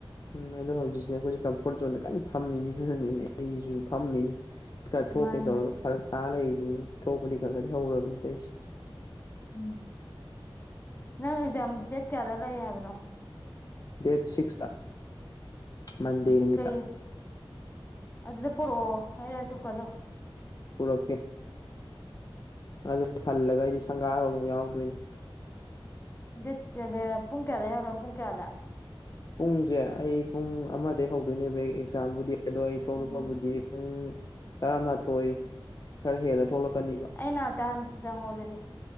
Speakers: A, on the left; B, on the left.
A: ꯎꯝ ꯑꯗꯣ ꯍꯧꯖꯤꯛꯁꯦ ꯑꯩꯈꯣꯏꯁꯦ ꯀꯝꯐꯣꯔꯠ ꯖꯣꯟꯗ ꯀꯟꯅ ꯐꯝꯃꯤꯅꯦ ꯑꯗꯨꯅꯅꯦ ꯑꯩꯁꯨ ꯐꯝꯃꯤꯅꯤ ꯈꯔ ꯊꯣꯛꯀꯦ
B: ꯃꯥꯅꯤ
A: ꯇꯧꯔꯒ ꯐꯔꯛ ꯇꯥꯔ ꯂꯩꯔꯤꯖꯤꯅꯤ ꯊꯣꯛꯄꯗꯤ ꯈꯔ ꯈꯗꯤ ꯍꯧꯔꯕꯅꯤ ꯇꯩꯁꯦ
B: ꯎꯝ ꯅꯪ ꯑꯦꯛꯖꯥꯝ ꯗꯦꯠ ꯀꯌꯥꯗ ꯂꯩ ꯍꯥꯏꯕꯅꯣ
A: ꯗꯦꯠ ꯁꯤꯛꯁꯇ ꯃꯟꯗꯦ
B: ꯎꯝ ꯆꯨ
A: ꯅꯨꯃꯤꯠꯇ
B: ꯀꯩ ꯀꯩ ꯑꯗꯨꯗ ꯄꯨꯔꯛꯑꯣ ꯑꯩ ꯔꯥꯏꯁ ꯀꯨꯀꯔꯗꯣ
A: ꯄꯨꯔꯛꯀꯦ ꯑꯗꯨ ꯍꯜꯂꯒ ꯑꯩꯗꯤ ꯁꯪꯒꯥꯕ ꯑꯃꯨꯛ ꯌꯥꯎꯗꯣꯏꯅꯤ
B: <unintelligible> ꯄꯨꯡ ꯀꯌꯥꯗ ꯌꯧꯔꯣ ꯄꯨꯡ ꯀꯌꯥꯗ
A: ꯄꯨꯡꯁꯦ ꯑꯩ ꯄꯨꯡ ꯑꯃꯗꯒꯤ ꯍꯧꯗꯣꯏꯅꯦꯕ ꯑꯩ ꯑꯦꯛꯖꯥꯝꯕꯨꯗꯤ ꯑꯗꯣ ꯑꯩ ꯊꯣꯛꯂꯛꯄꯕꯨꯗꯤ
B: ꯎꯝ
A: ꯄꯨꯡ ꯇꯔꯥꯃꯥꯊꯣꯏ ꯈꯔ ꯍꯦꯜꯂ ꯊꯣꯛꯂꯛꯀꯅꯤꯕ
B: ꯑꯩ ꯅꯥꯛꯇ ꯍꯥꯟ ꯆꯪꯉꯣ ꯑꯗꯨꯗꯤ